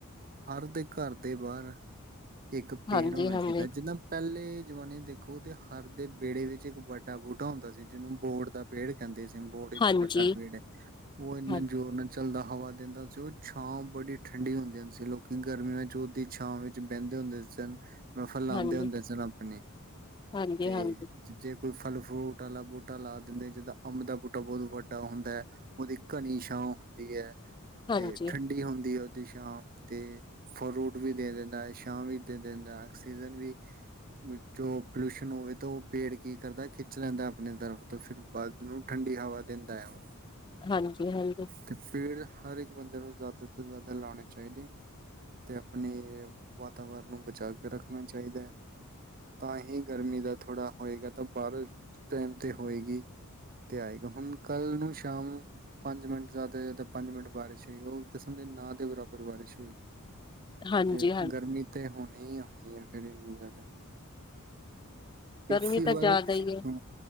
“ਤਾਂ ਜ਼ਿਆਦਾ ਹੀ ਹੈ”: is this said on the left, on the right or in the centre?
Left